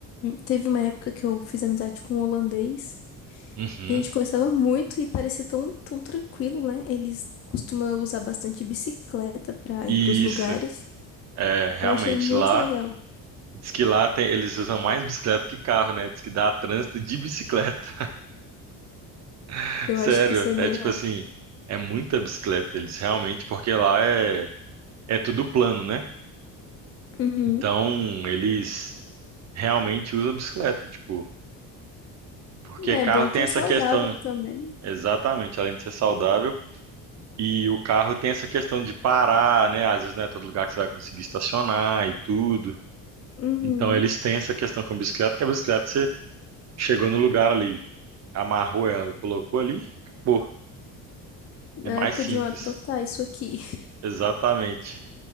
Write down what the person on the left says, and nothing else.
teve uma época que eu fiz amizade com um holandês
e a gente conversava muito e parecia tão, tão tranquilo, né? Eles costumam usar bastante bicicleta pra
ir pros lugares.
Eu achei muito
legal.
Eu
acho que isso é melhor.
Uhum.
É
bom
que
é saudável
também.
Uhum.
Ai, podiam
adotar isso aqui. <laughs>